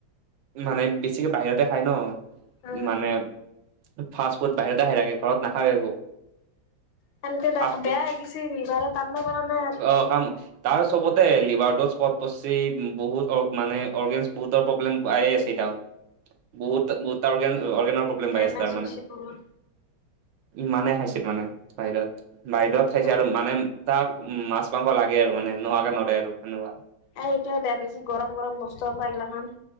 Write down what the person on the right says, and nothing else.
মানে বেছিকে বাহিৰতে খাই ন।
মানে ফাষ্ট ফুড বাহিৰতে খাই থাকে ঘৰত নাখায় একো
ফাষ্ট ফুড
অ
কাম তাৰ চবতে লিভাৰ দজ এচপৰ্ত পৰিছে। বহুত অ মানে অৰ্গেনছ বহুতৰ প্ৰব্লেম পায়ে আছে এটাও বহুত বহুত অগে অৰ্গেনৰ প্ৰব্লেম
পাই আছে তাৰ
মানে
ইমানে খাইছে মানে বাহিৰত বাহিৰত
খাইছে আৰু মানে তাৰ উম মাছ মাংস লাগে আৰু মানে নোৱৰে আৰু সেনেকুৱা